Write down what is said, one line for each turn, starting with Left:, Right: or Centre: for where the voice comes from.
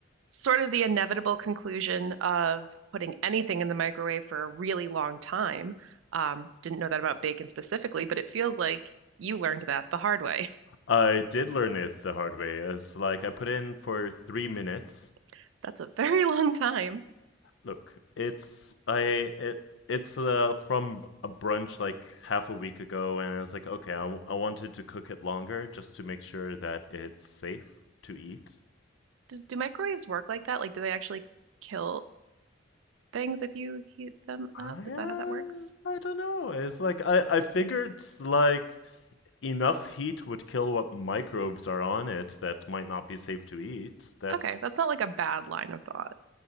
Right: sort of the inevitable conclusion of putting anything in the microwave for a really long time. Um, didn't know that about bacon specifically, but it feels like you learned that the hard way.
Left: I did learn it the hard way. It's like I put in for three minutes.
Right: <laughs> That's a very <laughs> long time.
Left: Look, it's I it it's uh from a brunch like half a week ago, and I was like, okay, I I wanted to cook it longer just to make sure that it's safe to eat.
Right: Do, do microwaves work like that? Like, do they actually kill things if you heat them
Left: I
Right: up? Is that how that works?
Left: uh, I don't know. It's like I I figured like enough heat would kill what microbes are on it that might not be safe to eat. That's
Right: Okay, that's not like a bad line of thought.